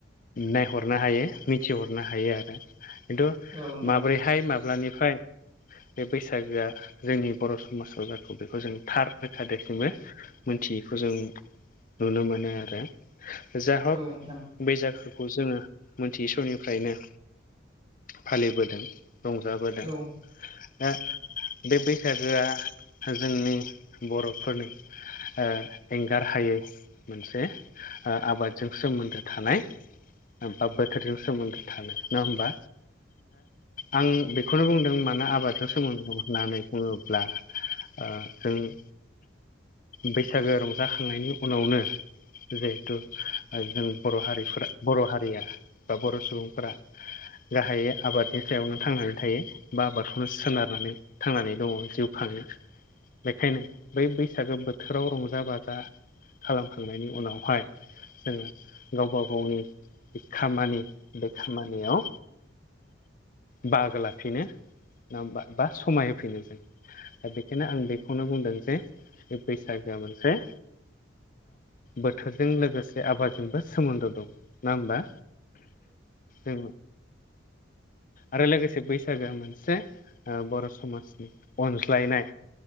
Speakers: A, on the left; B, on the right.
A: नायहरनो हायो मिथिहरनो हायो आरो खिन्थु
B: औ नोंथां औ नोंथां
A: माब्रैहाय
B: औ
A: माब्लानिफ्राय, बे बैसागोआ जोंनि बर' समाजाव जाखो बेखौ जों थार रोखा देसिमबो, मोनथियैखौ जों नुनो मोनो आरो जा हग
B: नोंथां औ नोंथां औ नोंथां
A: बेै जाखोखौ जोङो मोनथियि समनिफ्रायनो फालिबोदों। रंजाबोदों,
B: औ नोंथां
A: दा बे बैसागोआ जोंनि बर'फोरनि, ओ एंगार हायै मोनसे, ओ आबादजों सोमोन्दो थानाय, बा बोथोरजों सोमोन्दो थानो नङा होमबा, आं बेखौनो बुंदों मानो आबाद, सोमोन्दो होननानै बुङोब्ला ओ जों, बैसागो रंजाखांनायनि उनावनो जिहेथु जों, बर' हारिफोरा बर' हारिया बा बर' सुबुंफोरा, गाहायै आबादनि सायावनो थांनानै थायो बा आबादखौनो सोनारनानै थांनानै दङ जिउ खाङो। बेखायनो बै बैसागो बोथोराव रंजा बाजा। खालामखांनायनि उनावहाय। जोङो गावबा गावनि खामानि बे खामानियाव, बाहागो लाफिनो ना बा समाय होफिनो जों दा बेखायनो आं बेखौनो बुंदों जे बे बैसागोआ मोनसे बोथोरजों लोगोसे आबादजोंबो सोमोन्दो दंङ नङा होमबा। ज आरो लोगोसे बैसागो मोनसे बर' समाजनि अनज्लायनाय